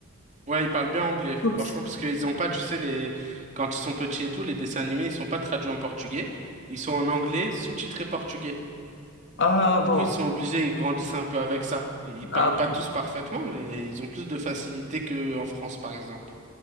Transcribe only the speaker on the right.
Ouais, ils parlent bien anglais, franchement,
parce qu'ils ont pas, tu sais, les... quand ils sont petits et tout, les dessins animés, ils sont pas traduits en portugais. Ils sont en anglais, sous-titrés portugais.
Du
coup, ils sont obligés, ils grandissent un peu avec ça. Ils parlent
pas
tous parfaitement, mais ils ont plus de facilité qu'en France, par exemple.